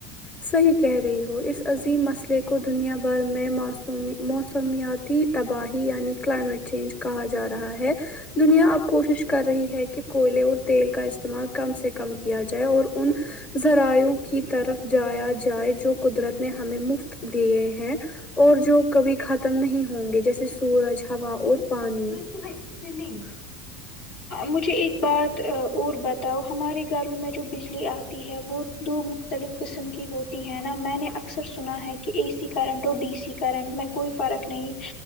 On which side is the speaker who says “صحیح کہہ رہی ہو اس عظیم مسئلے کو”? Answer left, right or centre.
Left